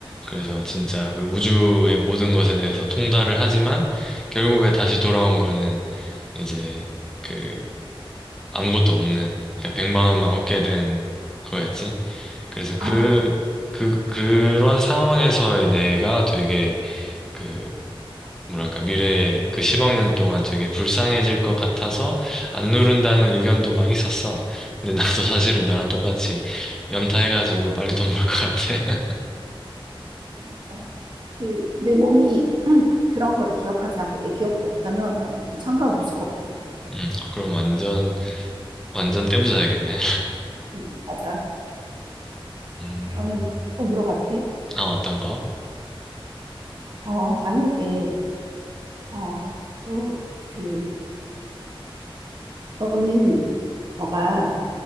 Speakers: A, in the centre; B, on the right.
A: 그래서 진짜 그 우주의 모든 것에 대해서 통달을 하지만 결국에 다시 돌아온 거는 이제 그 아무것도 없는, 그냥 100만 원만 얻게 된 거였지. 그래서
B: 아,
A: 그, 그, 그런 상황에서의 내가 되게 그 뭐랄까, 미래에 그 10억 년 동안 되게 불쌍해질 것 같아서 안 누른다는 의견도 막 있었어. 근데 나도 <laughs> 사실은 너랑 똑같이 연타해가지고 빨리 돈 벌 것 같아. <laughs>
B: 맞아. 그, 내 몸이 음, 그런 거를 기억하지 않고 내 기억도 없다면 나는 좀 상관없을 것 같아.
A: 음, 그럼 완전, 완전 떼부자야겠네.
B: 음, 맞아.
A: 음,
B: 그러면은 또 물어봐도 돼?
A: 아, 어떤 거?
B: 어, 만약에, 어, 또, 그, 너는, 너가,